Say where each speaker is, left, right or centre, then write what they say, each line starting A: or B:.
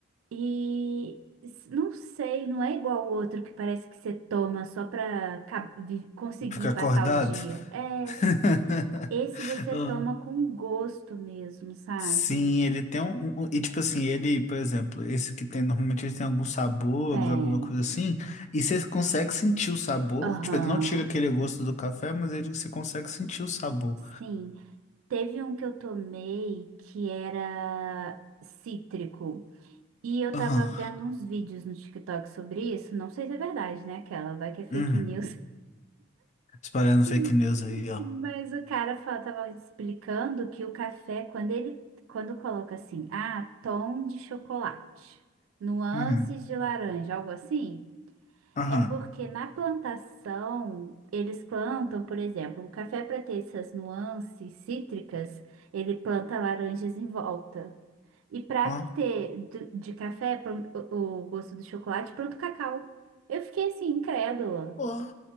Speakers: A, on the right; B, on the left.
A: E s- não sei, não é igual o outro que parece que você toma só pra ca- vi- conseguir
B: Ficar acordado.
A: passar o dia. É,
B: <laughs>
A: esse você
B: Ah,
A: toma com gosto mesmo, sabe?
B: Sim, ele tem um, um- um, E tipo assim, ele, por exemplo, esse que tem, normalmente ele tem alguns sabores,
A: Tem.
B: alguma coisa assim. E você consegue sentir o sabor.
A: Aham.
B: Tipo, ele não tira aquele gosto do café, mas ele, você consegue sentir o sabor.
A: Sim. Teve um que eu tomei que era cítrico. E eu
B: Aham.
A: tava vendo uns vídeos no TikTok sobre isso. Não sei se é verdade, né? Aquela, vai que é fake
B: Uhum.
A: news.
B: Espalhando
A: Hum,
B: fake news aí, ó.
A: Mas o cara fa- tava explicando que o café, quando ele, quando coloca assim, ah, tom de chocolate, nuances
B: Uhum.
A: de laranja, algo assim,
B: Aham.
A: é porque na plantação eles plantam, por exemplo, o café para ter essas nuances cítricas, ele planta laranjas em volta. E para
B: Ó.
A: ter do- de café plan- o, o gosto do chocolate, planta o cacau. Eu fiquei assim, incrédula.
B: Ó.